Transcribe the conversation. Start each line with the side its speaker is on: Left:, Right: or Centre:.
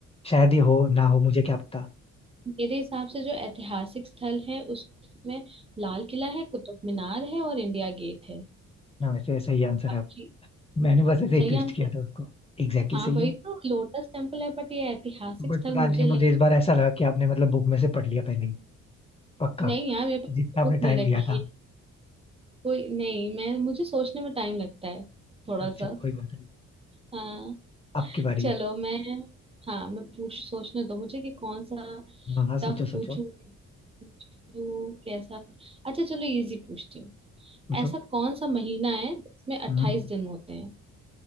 Left: शायद ये हो ना हो मुझे क्या पता
Right: मेरे हिसाब से जो ऐतिहासिक स्थल है उसमें लाल किला है कुतुब मीनार है और इंडिया गेट है
Left: ना वैसे ऐसा ही आंसर
Right: बाकी
Left: है आप मैंने बस ऐसे ही
Right: सही
Left: ट्विस्ट
Right: आंसर
Left: किया था उसको एग्जैक्टली
Right: हाँ
Left: सही
Right: वही
Left: है
Right: तो लोटस टेम्पल है बट ये ऐतिहासिक
Left: बट
Right: स्थल
Left: पता
Right: मुझे
Left: नहीं मुझे
Right: लग
Left: इस बार ऐसा लगा कि आपने मतलब बुक में से पढ़ लिया पहले ही पक्का
Right: नहीं यार मेरे पास
Left: जितना आपने
Right: बुक नहीं
Left: टाइम
Right: रखी
Left: लिया था
Right: है कोई नहीं मैं मुझे सोचने में टाइम लगता है थोड़ा
Left: अच्छा
Right: सा
Left: कोई बात नहीं
Right: हाँ
Left: आपकी बारी
Right: चलो
Left: है।
Right: मैं हाँ मैं पूछ सोचने दो मुझे कि कौन सा
Left: हाँ हाँ
Right: टफ
Left: सोचो सोचो
Right: पूछूं पूछूं, कैसा अच्छा चलो इजी पूछती हूँ
Left: पूछो
Right: ऐसा कौन सा महीना है जिसमें अट्ठाईस
Left: हम्म
Right: दिन होते हैं